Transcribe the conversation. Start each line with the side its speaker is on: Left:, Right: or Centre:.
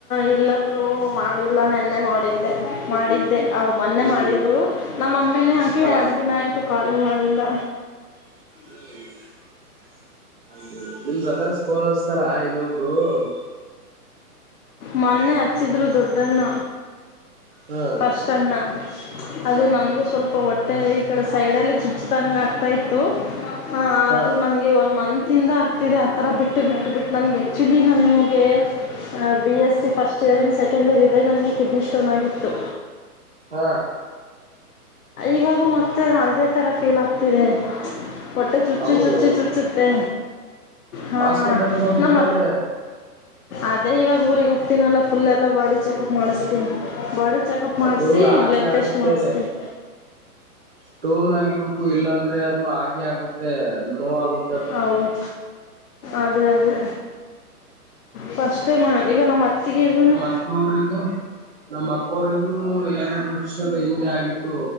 Left: ಇಲ್ಲ ಬ್ರೋ ಮಾಡಿಲ್ಲ ನೆನ್ನೆ ಮಾಡಿದ್ದೆ ಮಾಡಿದ್ದ ಮೊನ್ನೆ
Right: ಹ್ಮ್
Left: ಮಾಡಿದ್ರು ನಮ್ಮ ಮ ಮ್ಮಿನೇ ಹಾಕಿ
Right: ಹಾ
Left: ಎರಡು ದಿನ ಆಯ್ತು ಕಾಲ ಮಾಡಿಲ್ಲ
Right: ಹ್ಮ್ ಹೌದು ನಿಮ್ ಬ್ರದರ್ಸ್ ಪೋನ್ ಹಸ್ತಾರ ಇನ್ನೊಬ್ರು-
Left: ಮನ್ನೆ ಹಚ್ಚಿದ್ರೂ ದೊಡ್ಡಣ್ಣ.
Right: ಹ್
Left: ಷ್ಟನ್ನ ಅದು ನನಗೆ ಸ್ವಲ್ಪ ಹೊ ಮತ್ತೆ ಈ ಕಡೆ ಸೈಡ ಅಲ್ಲಿ ಚುಚ್ಚುದಂಗೆ ಆಗ್ತಾ ಇತ್ತು ಅದು
Right: ಹಾ
Left: ನಂಗೆ ಒಂದು ಮಂತ್ ತಿಂದ ಆಗ್ತಿದೆ ಆ ತರ ಬಿಟ್ಟು ಬಿಟ್ಟು ಬಿಟ್ಟು ನನಗೆ ಆಕ್ಚುಲಿ ನಾನ್ ಗೆ B S C first year and second year ಇದ್ದಾಗ ನನಗೆ ಕಿಡ್ನಿ ಸ್ಟೋನ್ ಆಗಿತ್ತು.
Right: ಹ
Left: ಇವಾಗೂ ಮತ್ತೆ ಅದೇ ತರ ಫೀಲ್ ಆಗ್ತಿದೆ. ಹೊಟ್ಟೆ ಚುಚ್ಚು
Right: ಹೌದು
Left: ಚುಚ್ಚಿ ಚುಚ್ಚುತ್ತೆ ಹಾ
Right: ಹಾಸ್ಪಿಟಲ್ಗೆ ಹೋಗ್ಬಿಡ್ತಾನೆ
Left: ನಮ್ ಅದೇ ಇವಾಗ ಊರಿಗ್ ಹೋ ತಿನಲ್ಲ ಪುಲ್ ಎಲ್ಲಾ ಬಾಡಿ ಚೆಕಪ್ ಮಾಡಿಸ್ತೀನಿ ಬಾಡಿ ಚೆಕಪ್ ಮಾಡಿಸಿ
Right: ಅದು ಹಾಗೆ
Left: ಬ್ಲಾಡ್ ಟೆಸ್ಟ್
Right: ಆಗುತ್ತೆ
Left: ಮಾಡಿಸ್ತೀನಿ.
Right: ಸ್ಟೋನ್ ಆಗಿರ್ಬೇಕು ಇಲ್ಲಾಂದ್ರೆ ಅದು ಹಾಗೆ ಆಗುತ್ತೆ ನೋವ್ ಆಗು
Left: ಹೌ- ಅದೇ ಅದೇ ಫಸ್ಟ್ ಟೈಮಾ ಇವಾಗ್ ನಮ್ ಅತ್ತಿಗೆಗೂನು
Right: ಅವರಿಗೂ ನಮ್ ಅಕ್ಕವ್ರಗೂ ಎರಡು ವರ್ಷದ ಹಿಂದೆ ಆಗಿತ್ತು.